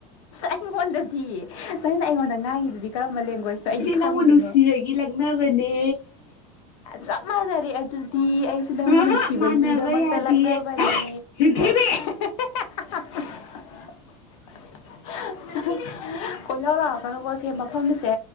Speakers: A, on the left; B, on the left.
A: ꯑꯩꯉꯣꯟꯗꯗꯤ ꯅꯪ ꯑꯩꯉꯣꯟꯗ ꯉꯥꯡꯉꯤꯗꯨꯗꯤ ꯀꯔꯝꯕ ꯂꯦꯡꯒ꯭ꯋꯦꯖꯇꯣ ꯑꯩꯗꯤ ꯈꯪꯗꯦꯅꯦ
B: ꯅꯪꯕꯨ ꯅꯨꯡꯁꯤꯕꯒꯤ ꯂꯛꯅꯕꯅꯦ
A: ꯆꯞ ꯃꯥꯟꯅꯔꯦ ꯑꯗꯨꯗꯤ ꯑꯩꯁꯨ ꯅꯪꯕꯨ
B: ꯑꯍꯥ
A: ꯅꯨꯡꯁꯤꯕꯒꯤꯗꯃꯛꯇ
B: ꯃꯥꯟꯅꯕ ꯌꯥꯗꯤꯌꯦ
A: ꯂꯛꯅꯕꯅꯦ
B: ꯍꯦ ꯌꯨꯝꯊꯤꯕꯤ
A: <unintelligible> ꯀꯣꯏ ꯂꯥꯎꯔꯥꯎ ꯀꯅꯨꯀꯣꯁꯦ ꯃꯐꯝꯁꯦ